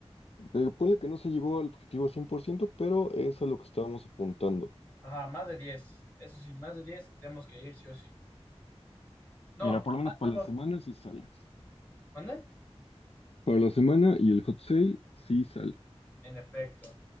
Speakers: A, on the left; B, on the left.
A: eh, ponle que no se llegó al objetivo 100%, pero es a lo que estábamos apuntando.
B: Ajá, más de diez, Eso sí, más de 10 tenemos que ir sí o sí. No,
A: Mira, por
B: más
A: lo menos para
B: de doce.
A: la semana sí sale.
B: ¿Dónde?
A: Para la semana y el hot sale sí sale.
B: En efecto.